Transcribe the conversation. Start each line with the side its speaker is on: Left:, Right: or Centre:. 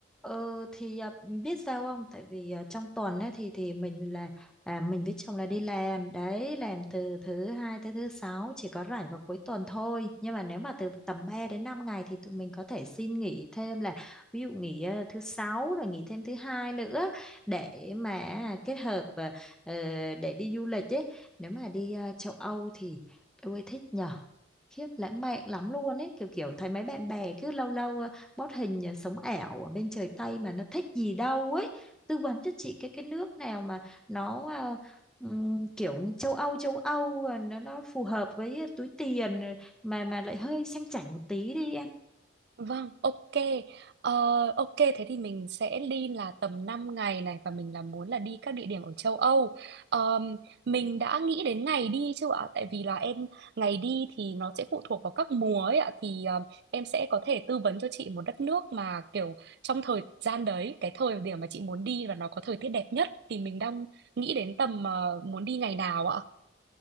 Centre: Ờ, thì à, biết sao không? Tại vì à, trong tuần ấy, thì thì mình là à, mình với chồng là đi làm đấy, làm từ thứ hai tới thứ sáu chỉ có rảnh vào cuối tuần thôi. Nhưng mà nếu mà từ tầm 3 đến 5 ngày thì tụi mình có thể xin nghỉ thêm là ví dụ nghỉ à, thứ sáu rồi nghỉ thêm thứ hai nữa để mà à, kết hợp à, ờ, để đi du lịch ấy. Nếu mà đi à, châu Âu thì tôi thích nhở khiếp lãng mạn lắm luôn ấy kiểu kiểu thấy mấy bạn bè cứ lâu lâu ờ, post hình ờ, sống ảo ở bên trời Tây mà nó thích gì đâu ấy tư vấn cho chị cái cái nước nào mà nó ờ, ừm, kiểu như châu Âu châu Âu ờ, nó nó phù hợp với ờ, túi tiền ờ, mà mà lại hơi sang chảnh một tí đi em
Right: Vâng, ok. Ờ, ok, thế thì mình sẽ đi là tầm 5 ngày này và mình là muốn là đi các địa điểm ở châu Âu. Ờm, mình đã nghĩ đến ngày đi chưa ạ? Tại vì là em ngày đi thì nó sẽ phụ thuộc vào các mùa ấy ạ. Thì ờm, em sẽ có thể tư vấn cho chị một đất nước mà kiểu trong thời gian đấy, cái thời điểm mà chị muốn đi là nó có thời tiết đẹp nhất. Thì mình đang nghĩ đến tầm ờ, muốn đi ngày nào ạ?